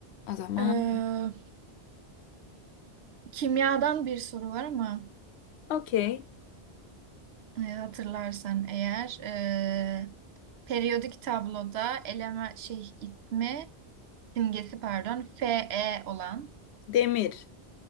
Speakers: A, on the left; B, on the right.
A: O zaman
B: Ee, kimyadan bir soru var ama
A: Okey.
B: e, hatırlarsan eğer e, periyodik tabloda eleme şey itme simgesi pardon Fe olan
A: Demir.